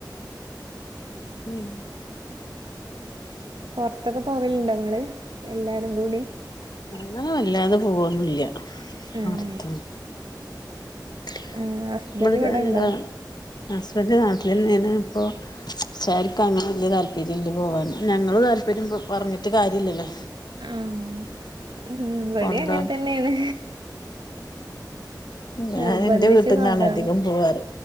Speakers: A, on the left (about 65°); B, on the right (about 80°).
A: ഉം
B: പൊറത്തൊക്കെ പോവലണ്ടൊ ങ്ങള് എല്ലാരും കൂടി
A: ഞങ്ങളും അല്ലാതെ പോവൊന്നുവില്ല
B: ഉം
A: പൊറത്തും <unintelligible>
B: ഉം ഹസ്ബൻഡ് ഇവിടെണ്ടോ
A: ഹസ്ബൻഡ് നാട്ടിലില്ലേനു ഇപ്പൊ ച്ചെരിക്ക അങ്ങനെ വല്ല്യ താല്പര്യല്ല പോവാൻ ഞങ്ങള് താല്പര്യം പ പറഞ്ഞിട്ട് കാര്യല്ലല്ലോ
B: ആം ഉം ഇവടേം
A: കൊണ്ടോണ്ടെ
B: അങ്ങനതന്നെയാണ്
A: ഞാൻ
B: നിർബന്ധിച്ച്
A: എന്റെ വീട്ടിന്നാണ്
B: കൊണ്ടാണം
A: അധികം പോവാറ്